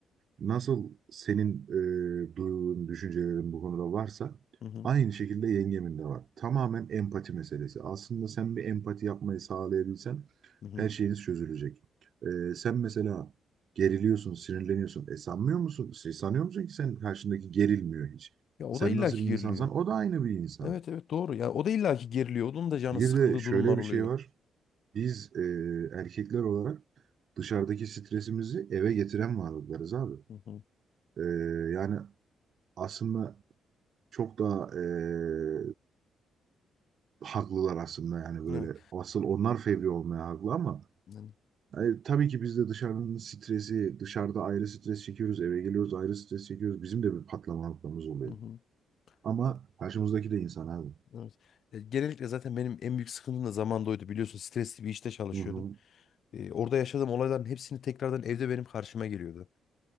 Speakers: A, on the right; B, on the left.
A: nasıl senin e, duyduğun düşüncelerin bu konuda varsa
B: Hı hı.
A: aynı şekilde yengemin de var. Tamamen empati meselesi. Aslında sen bir empati yapmayı sağlayabilsen
B: Hı hı.
A: her şeyiniz çözülecek. E, sen mesela geriliyorsun, sinirleniyorsun. E sanmıyor musun? Şey, sanıyor musun ki sen karşındaki gerilmiyor hiç?
B: Ya o
A: Sen
B: da illaki
A: nasıl bir
B: geriliyor.
A: insansan o da aynı bir insan.
B: Evet evet doğru. Ya o da illaki geriliyor. Onun da canı
A: Bir
B: sıkıldığı
A: de şöyle
B: durumlar
A: bir
B: oluyor.
A: şey var. Biz e, erkekler olarak dışarıdaki stresimizi eve getiren varlıklarız abi.
B: Hı hı.
A: E, yani aslında çok daha e, haklılar aslında yani böyle
B: Evet.
A: asıl onlar fevri olmaya haklı ama
B: Yani,
A: yani tabii ki biz de dışarının stresi dışarıda ayrı stres çekiyoruz eve geliyoruz ayrı stres çekiyoruz bizim de bir patlama noktamız oluyor
B: hı hı.
A: ama
B: E,
A: karşımızdaki de insan abi.
B: Evet. E, Genellikle zaten benim en büyük sıkıntım da zamanda oydu biliyorsun stresli bir işte çalışıyordum.
A: Hı hı.
B: E, orada yaşadığım olayların hepsini tekrardan evde benim karşıma geliyordu.